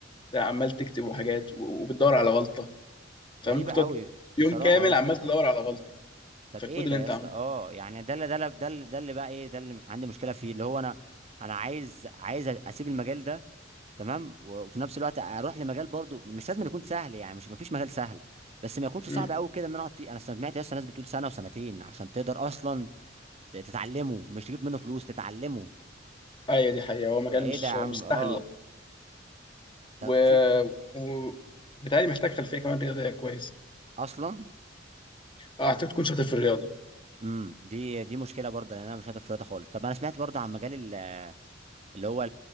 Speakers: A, on the left; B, on the right.
A: بتاع عمال تكتب وحاجات و- وبتدور على غلطه فممكن
B: غريبه
A: تقعد
B: قوي بصراحه
A: يوم كامل
B: يا اسطى
A: عمال تدور على غلطه
B: طب
A: في الكود
B: ايه
A: اللي
B: ده يا
A: انت
B: اسطى
A: عامله
B: اه يعني ده اللي ده اللي ده اللي ده اللي بقى ايه ده اللي عندي مشكله فيه اللي هو انا انا عايز عايز اسيب المجال ده تمام و- وفي نفس الوقت اروح لمجال برضو مش لازم يكون سهل يعني مش مفيش مجال سهل بس ما يكونش
A: مم.
B: صعب قوي كده ان انا اقعد فيه انا سمعت اصلا ناس بتقول سنه وسنتين عشان تقدر اصلا ت- تتعلمه مش تجيب منه فلوس تتعلمه
A: ايوه دي حقيقه هو مجال
B: فايه
A: مش
B: ده يا عم
A: مش سهل
B: اه
A: يعني
B: طب
A: و...
B: في
A: و... بتهيألي محتاج خلفيه كمان رياضيه كويس
B: اصلا
A: اه هتحتاج تكون شاطر في الرياضه
B: امم دي دي مشكله برضه لان انا مش شاطر في الرياضه خالص طب انا سمعت برضه عن مجال ال- اللي هو